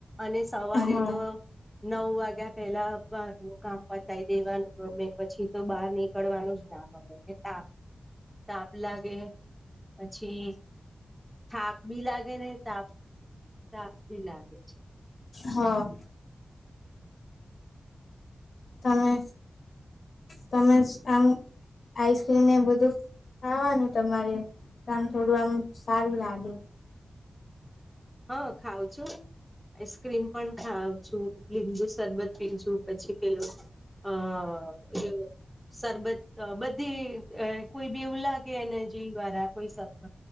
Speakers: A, in the centre; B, on the left.
A: અને સવારે
B: હા
A: તો નવ વાગ્યા પેલા બાર નું કામ પતાય દેવાનું ગમે પછી તો બહાર નીકળવાનું જ ના ગમે કે તાપ તાપ લાગે પછી થાક બી લાગે ને તાપ તાપ બી લાગે છે,
B: હા તમે તમે આમ આઈસ્ક્રીમ ને બધું ખાવાનું તમારે આમ થોડું આમ સારું લાગે,
A: હા, ખાવં છું આઈસ્ક્રીમ પણ ખાવ છું લીબુ સરબત્રીજું પછી પેલું અ એ સરબત બધી કોઈ બીવું લાગેને જે વાળા કોઈ સરબત